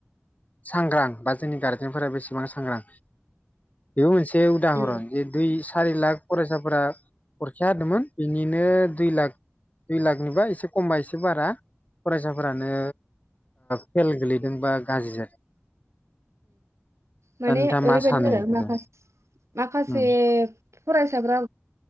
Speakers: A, on the left; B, on the right.
A: सांग्रां बा जोंनि गारजेनफोरा बेसेबां सांग्रां बेबो मोनसे बे उदाहरन
B: उम
A: जे दुइ सारि लाख फरायसाफोरा हरखि होदोंमोन बेनिनो दुइ लाख दुइ लाखनिबा एसे खमबा एसे बारा फरायसाफोरानो फेल गोलैदों जोंबां गाज्रि जादों
B: माने
A: दा नोंथाङा मा
B: ओरैबायदि
A: सानो
B: आरो
A: बेखौ
B: मा माखासे
A: उम
B: फरायसाफ्रा